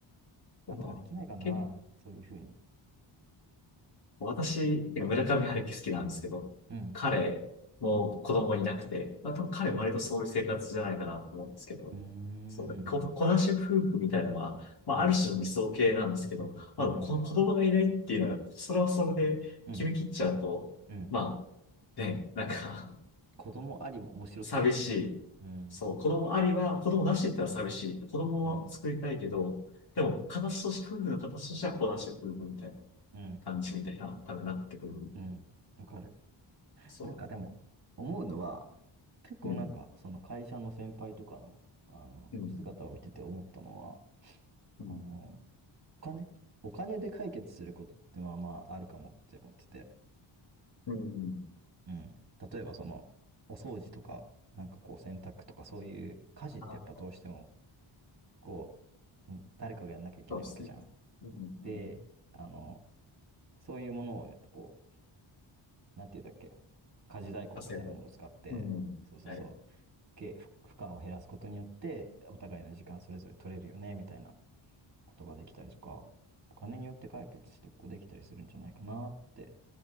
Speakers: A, on the left; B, on the right.
A: まあ、
B: なんとかできないかな、
A: 結
B: そういうふうに。
A: 私、村上春樹好きなんですけど、
B: うん。
A: 彼も子供いなくて、まあ、多分彼割とそういう生活じゃないかなと思うんですけど、
B: うん。うーん。
A: そう、こ、子なし夫婦みたいなのは、まあ、
B: うん。
A: ある種の理想形なんですけど、まあ、
B: うん。うん。
A: こ子供がいないっていうのは、それはそれで決め切っちゃうと、
B: うん。うん
A: まあ、ね、なんか
B: 子供ありも面白そうだよね。
A: <laughs> 寂しい。
B: うん。
A: そう、子供ありは、子供なしって言ったら寂しい。子供を作りたいけど、
B: うん。
A: でも、形として、夫婦の形としては子なし夫婦みたいな
B: うん。
A: 感じみたいな、多分なってくる。
B: うん。わかる。
A: そう。
B: なんかでも、思うのは、結構なんか、
A: うん、
B: その会社の先輩とかの、あの、
A: うん、
B: 姿を見てて思ったのは、
A: うん、
B: あの、お金お金で解決することってまあまああるかもって思ってて。
A: うん。うん
B: うん。例えばその、お掃除とか、なんかこう洗濯とかそういう家事ってやっぱどうしても、
A: あ、
B: こう、うん誰かがやんなきゃいけないわけじゃん。
A: そうですね。うん、うん。
B: で、あの、そういうものをやっぱこう、なんていうんだっけ、家事代行みたいなものを使って、
A: 汗も。うん、
B: そうそうそう、
A: はい。
B: け負負荷を減らすことによって、お互いの時間それぞれ取れるよね、みたいな。ことができたりとか、お金によって解決してこうできたりするんじゃないかなって、